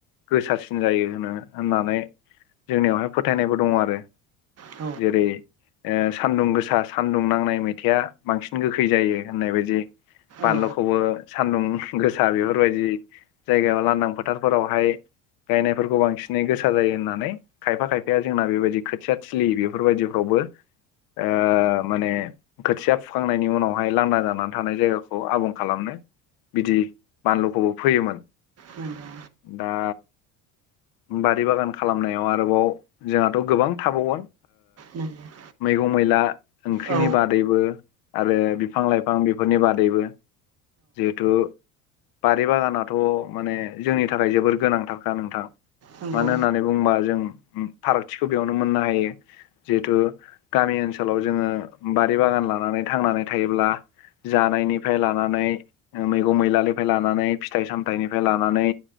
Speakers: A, on the left; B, on the right.
A: गोसासिन जायो होनो होननानै जोंनिआवहाय फोथायनायबो दङो आरो
B: औ
A: जेरै ओ सान्दुं गोसा सान्दुं नांनाय मैथाआ बांसिन गोखै जायो होननाय बायदि फानलुखौबो
B: औ
A: सान्दुं गोसा बेफोरबादि जायगायाव लांदां फोथारफोरावहाय गायनायफोरखौ बांसिनै गोसा जायो होननानै खायफा खायफाआ जोंना बेबादि खोथिया थिलि बेफोरबादिफ्रावबो ओ माने खोथिआ फुखांनायनि उनावहाय लांदा जानानै थानाय जायगाखौ आबुं खालामनो बिदि बानलुखौबो फैयोमोन
B: नंगौ
A: दा बारि बागान खालामनायाव आरोबाव जोंहाथ' गोबां थाबावगोन
B: <inaudible>
A: मैगं मैला ओंख्रिनि
B: औ
A: बादैबो आरो बिफां लाइफां बेफोरनि बादैबो जिहेथु बारि बागानाथ' माने जोंनि थाखाय जोबोर गोनांथारखा नोंथां
B: नंगौ
A: मानो होननानै बुंङोबा जों फारागथिखौ बेआवनो मोननो हायो जिहिथु गामि ओनसोलाव जोङो बारि बागान लानानै थांनानै थायोब्ला जानायनिफ्राय लानानै ओ मैगं मैलानिफ्राय लानानै फिथाइ सामथाइनिफ्राय लानानै